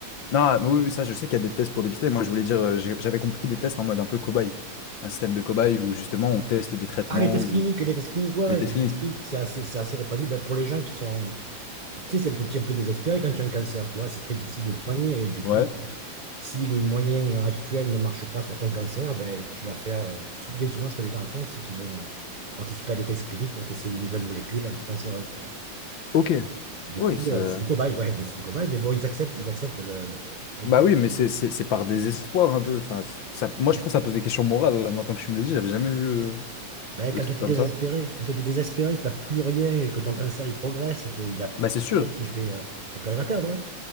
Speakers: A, on the left; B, on the right.
A: Non, mais oui, oui, ça, je sais qu'il y a des tests pour dépister. Moi, je voulais dire, euh, j'ai- j'avais compris des tests en mode un peu cobaye. Un système de cobaye où justement on teste des traitements
B: Ah, les tests
A: ou
B: cliniques, les tests cliniques, ouais, ouais,
A: les tests
B: les
A: cliniques.
B: tests cliniques, c'est assez, c'est assez répandu. Ben, pour les gens qui sont, qui, tu sais, c'est un peu, un peu désespéré quand tu as un cancer, tu vois, c'est très difficile de le soigner, et du
A: Ouais.
B: coup, Si les moyens euh, actuels ne marchent pas sur ton cancer, eh ben, tu vas faire, euh, sou- bien souvent, ce que les gens font, c'est qu'ils vont euh, participer à des tests cliniques pour tester des nouvelles molécules anticancéreuses, tu vois.
A: Ok.
B: Du
A: Oui,
B: coup,
A: ça...
B: euh, c'est des cobayes, ouais, mais c'est des cobayes, mais bon, ils acceptent, ils acceptent le, le- la règle
A: Bah
B: du jeu.
A: oui, mais c'est c'est- c'est par désespoir un peu. Enfin, c'est- ça... Moi,
B: Ouais.
A: je trouve que ça pose des questions morales. là. Moi, tant que je me le dis, j'avais jamais vu euh,
B: Ben,
A: le
B: quand
A: truc
B: tu es désespéré,
A: comme ça.
B: quand tu es désespéré, que tu n'as plus rien et que ton cancer, il progresse et qu'il y a
A: Bah, c'est
B: il
A: sûr.
B: y a rien qui fait, euh, t'as plus rien à perdre, hein.